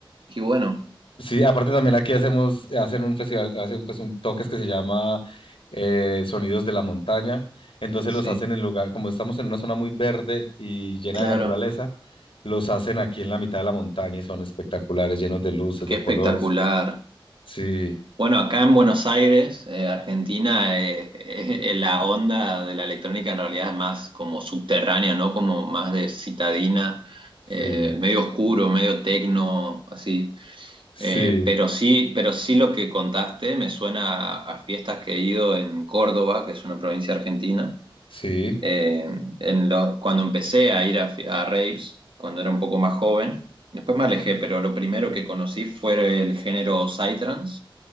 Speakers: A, on the right (about 70°); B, on the left (about 80°).
A: Qué bueno,
B: Sí, aparte también aquí hacemos, hacen un festival, hacen pues un toques que se llama eh, Sonidos de la Montaña. Entonces
A: sí,
B: los hacen en lugar, como estamos en una zona muy verde y llena
A: claro,
B: de naturaleza, los hacen aquí en la mitad de la montaña y son espectaculares, llenos de luces,
A: qué
B: de
A: espectacular.
B: colores. Sí,
A: Bueno, acá en Buenos Aires, eh, Argentina, eh, <laughs> eh, la onda de la electrónica en realidad es más como subterránea, ¿no? Como más de citadina,
B: sí,
A: eh, medio oscuro, medio tecno, así.
B: sí,
A: Eh, pero sí, pero sí lo que contaste me suena a, a fiestas que he ido en Córdoba, que es una provincia argentina.
B: sí,
A: Eh, en lo- cuando empecé a ir a, fi- a raves, cuando era un poco más joven, después me alejé, pero lo primero que conocí fue el género psytrance,